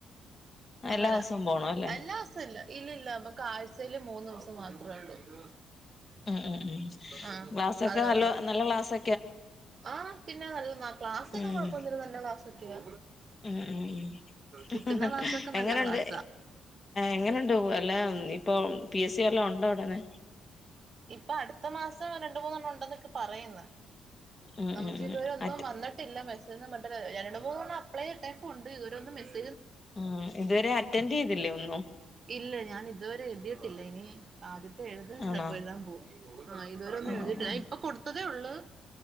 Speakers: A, on the right; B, on the left.
A: അങ്ങനാ
B: എല്ലാ ദിവസവും പോണം അല്ലേ
A: എല്ലാസല്ല് ഇല്ലല്ല മ്മക്ക് ആഴ്ചയില് മൂന്ന് ദിവസം മാത്രേ ഉള്ളൂ.
B: ഉം ഉം ഉം
A: ആഹ്
B: ക്ലാസൊക്കെ
A: അതേ
B: നല്ല
A: ഉള്ളൂ
B: നല്ല ക്ലാസ്സ്
A: ആഹ് പിന്നെ നല്ലതാ ക്ലാസൊന്നും
B: ഉം
A: കുഴപൊന്നുല്യ നല്ല ക്ലാസ്സ് ഒക്കയാ.
B: ഉം ഉം ഉം
A: കിട്ടുന്ന ക്ലാസ്സൊക്കെ
B: എങ്ങനൊണ്ട്
A: നല്ല ക്ലാസ്സാ
B: എങ്ങനൊണ്ട് <unintelligible> ല്ല ഇപ്പം പി എസി വല്ലോം ഉണ്ടോ ഉടനെ
A: ഇപ്പ അടുത്ത മാസം രണ്ടുമൂന്നെണ്ണം ഉണ്ടന്നൊക്കെ പറയ്ന്ന്.
B: ഉം
A: നമ്മക്ക്
B: ഉം ഉം
A: ഇതു വരെ ഒന്നും
B: അറ്റ്
A: വന്നിട്ടില്ല മെസ് <unintelligible> രണ്ടു മൂന്ന് അപ്ളേ ഇട്ടേകുണ്ട് ഇത് വരേ ഒന്നും മെസേ
B: ആ ഇതുവരെഅറ്റന്റൈതില്ലേ ഒന്നും
A: ഇല്ല ഞാൻ ഇതുവരെ എതിയിട്ടില്ല ഇനി ആദ്യ ത് എഴുത് <unintelligible>
B: ആണോ
A: ഇപ്പ എഴുതാ പോവ്വാ ആ ഇതുവരെ ഒന്നും
B: ആഹ്
A: എഴുതിട്ടില്ല ഇപ്പ കൊടുത്ത് തേ ഉള്ള്